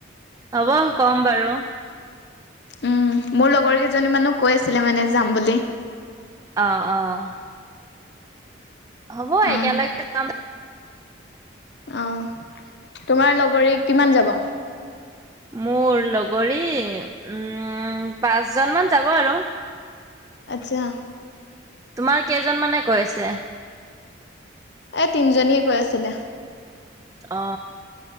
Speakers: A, on the right; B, on the left.
A: হব কম বাৰু।
B: উম মোৰ লগৰ কেইজনীমানো কৈ আছিলে মানে যাম বুলি।
A: অঁ অঁ। হ'ব
B: অ
A: একেলগে যাম।
B: আহ তোমাৰ লগৰী কিমান যাব?
A: মোৰ লগৰী উম, পাঁচজনমান যাব আৰু।
B: আচ্ছা।
A: তোমাৰ কেইজন মানে কৈছে?
B: এ তিনিজনীয়ে কৈ আছিলে।
A: অ,